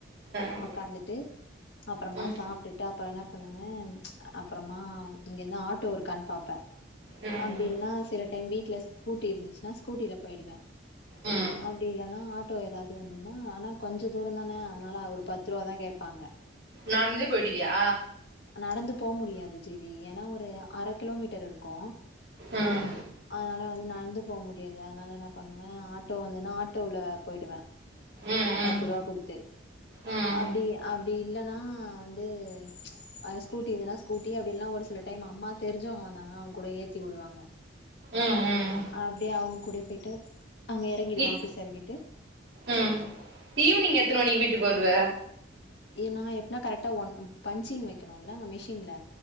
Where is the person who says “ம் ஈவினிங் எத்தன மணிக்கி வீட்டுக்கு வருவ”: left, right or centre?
Right